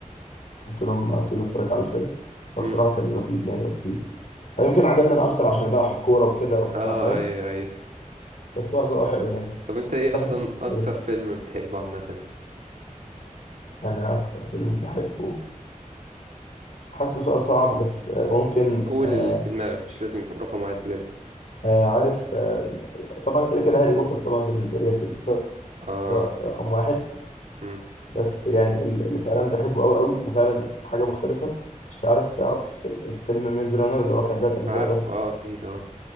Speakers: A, on the left; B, on the right.
A: قلت لهم ما تيجوا نتفرج على الفيلم فبصراحة
B: امم
A: كان لطيف يعني ولذيذ آه، يمكن عجبنا أنا أكتر عشان بقى حب كورة وكده فا-
B: اه
A: فاهم
B: اي اي
A: بس هو جو حلو يعني
B: <laughs> طب انت ايه
A: آخر
B: اصلا
A: فيلم شفته
B: اكتر
A: إيه؟
B: فيلم بتحبه عامه
A: أنا أكتر فيلم بحبه حاسه سؤال صعب بس آه، ممكن
B: قول
A: آه،
B: اللي في دماغك مش لازم يكون رقم واحد بجد بس.
A: آه، عارف آه، طبعا كده كده هاري بوتر طبعا بالنسبه لي هي سلسله
B: اه
A: آه، رقم واحد
B: امم
A: بس يعني ال- اللي فعلا بحبه قوي قوي وفعلا حاجه مختلفه مش تعرف تعرف سل- فيلم ميز رانر اللي هو كان تلات اجزاء
B: عارف
A: ده
B: اه اكيد اه